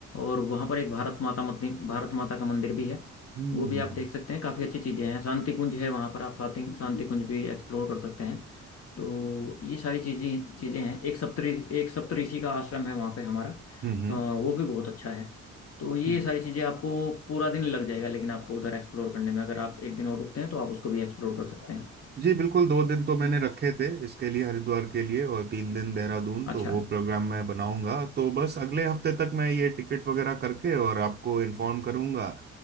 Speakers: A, on the left; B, on the right.
A: और वहाँ पर एक भारत माता मंदिर भारत माता का मंदिर भी है
B: हम्म
A: वो भी आप देख सकते हैं काफ़ी अच्छी चीज़ें हैं शांति कुंज है वहाँ पर आप शांति शांति कुंज भी एक्सप्लोर कर सकते हैं तो ये सारी चीजें चीजें हैं एक सप्तरी एक सप्तऋषि का आश्रम है वहाँ पे हमारा
B: हम्म हम्म
A: अ, वो भी बहुत अच्छा है तो ये
B: हम्म
A: सारी चीजें आपको पूरा दिन लग जाएगा लेकिन आपको उधर एक्सप्लोर करने में अगर आप एक दिन और रुकते हैं तो आप उसको भी एक्सप्लोर कर सकते हैं
B: जी बिल्कुल दो दिन तो मैंने रखे थे इसके लिए हरिद्वार के लिए और तीन दिन देहरादून
A: अच्छा
B: तो वो प्रोग्राम मैं बनाऊंगा तो बस अगले हफ्ते तक मैं ये टिकट वगैरह करके और आपको इन्फॉर्म करूंगा